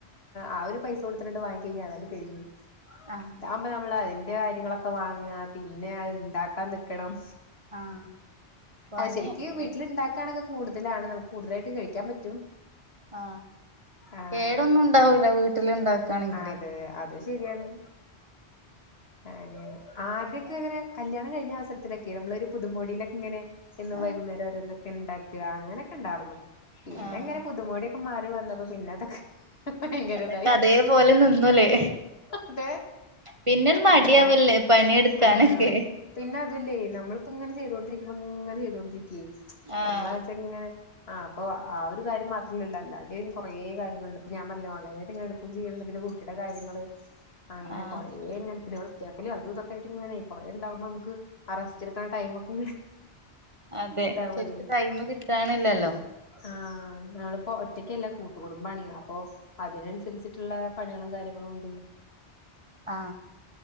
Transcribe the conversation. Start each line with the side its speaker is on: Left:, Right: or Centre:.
Left: ആ ഒരു പൈസ കൊടുത്തിട്ടുണ്ട് വാങ്ങിച്ച്ക്കഴിഞ്ഞാൽ അതണ്ട് കഴിഞ്ഞ്.
Right: ആഹ്
Left: ഇതാകുമ്പോ നമ്മൾ അതിന്റെ കാര്യങ്ങളൊക്കെ വാങ്ങുക പിന്നെ അത് ഇണ്ടാക്കാൻ നിക്കണം.
Right: ആഹ് പണിയാണല്ലേ
Left: അത് ശരിക്ക് വീട്ടിൽ ഉണ്ടാക്കാണെങ്ക്‌ കൂടുതലാണ് നമുക്ക് കൂടുതലായിട്ട് കഴിക്കാൻ പറ്റും.
Right: ആ
Left: ആഹ്
Right: കേടൊന്നും ഉണ്ടാവൂല വീട്ടില് ഇണ്ടാക്കയാണെങ്കിലേ
Left: അതെ അത് ശരിയാണ് ങ്ങനെ
Right: അപ്പൊ
Left: ആദ്യത്തെ
Right: പിന്നെ
Left: <unintelligible> കല്യാ ണം കഴിഞ്ഞ അവസരത്തിലൊക്കെ നമ്മള് ഒരു പുതുമൊടിയിലൊക്കെ ഇങ്ങനെ എന്നും വൈകുന്നേരം
Right: ആഹ്
Left: ഓരോന്നൊക്കെ ഉണ്ടാക്കുക അങ്ങനെയൊക്കെ ഉണ്ടായിരുന്നു പിന്നെ
Right: ആഹ്
Left: അങ്ങനെ പുതുമോടിയൊക്കെ മാറ് പിന്നതൊക്കെ ഭയങ്കരതായി
Right: അതൊക്കെ അതേപോലെ നിന്നൂലേ
Left: അതെ
Right: പിന്നെ മടിയാവല്ലേ
Left: അ <unintelligible>
Right: പണിയെടുക്കാനൊക്കെ
Left: ആ പിന്നെ അതില്ലേ നമ്മളിപ്പോ ഇങ്ങനെ ചെയ്തോണ്ടിരിക്കുമ്പം ഇങ്ങനെ ചെയ്തോണ്ടിരിക്കേ
Right: ആഹ്
Left: നമ്മളാച്ച ഇങ്ങനെ ആ അപ്പൊ ആ ഒരു കാര്യം മാത്രമല്ല അല്ലാ ഇ കുറേ കാര്യങ്ങളുണ്ട് ഞാൻ പറഞ്ഞില്ലേ ഓൺലൈനായിട്ട് <unintelligible> ചെയ്യുന്നുണ്ട് പിന്നെ കുട്ടീടെ കാര്യങ്ങള് അങ്ങനെ
Right: ആഹ്
Left: കൊറേ അങ്ങനെ തെ നിവർ വൃത്തിയാക്കലും അതും ഇതൊക്കെ ആയിട്ട് ഇങ്ങനെ കുറേ ഉണ്ടാവുമ്പോ നമക്ക് അ റെസ്റ്റ്ടുക്കാൻ ടൈമ് ഒക്കെ
Right: അതെ
Left: എതാ പള്ളി
Right: ശരിക്ക് ടൈം കിട്ടാണില്ലല്ലോ
Left: ആ നളപ്പോ ഒ ല്ല കൂട്ടു കൂടുംബാണി അപ്പൊ അതിനനുസരിച്ചിട്ടുള്ള പണികളും കാര്യങ്ങളും ഉണ്ട്.
Right: ആ